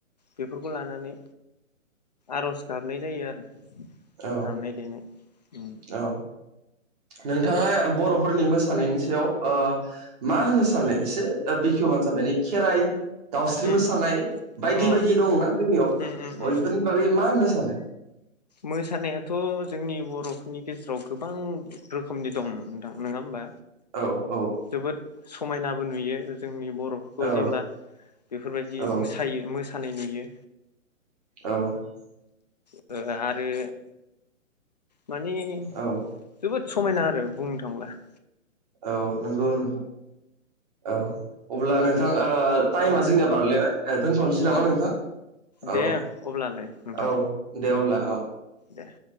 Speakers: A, on the left; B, on the right.
A: बेफोरखौ लानानै आर'ज गाबनाय जायो आरो।
B: औ
A: दामनाय देनाय उम
B: औ। नोंथाङा बर'फोरनि मोसानायनि सायाव ओ मा होननो सानो एसे बिखेव? <unintelligible> खेराय दाउस्रि
A: उम
B: मोसानाय बायदि
A: अ
B: बायदि दंना जोंनियाव
A: उम उम उम
B: बफोरनि बागै मा होननो सानो?
A: मोसानायाथ' जोंनि बर'फोरनि गेजेराव गोबां रोखोमनि दं ‌। नङा होमबा
B: औ औ
A: जोबोद समायनाबो नुयो जोंनि बर'फोरखौ
B: औ
A: जेब्ला बेफोरबायदि
B: औ
A: मोसायो मोसानाय नुयो
B: औ
A: <inaudible> आरो मानि
B: औ
A: जोबोद समायना आरो बुंनो थांब्ला ।
B: औ नंगौ नों औ अब्ला नोंथां टाइमा
A: उम
B: जोंनिया बारलायबाय दोन्थ'नोसै नामा
A: अ
B: नोंथां
A: दे
B: औ ।
A: अब्लालाय नोंथां
B: औ दे अब्ला औ ।
A: दे ।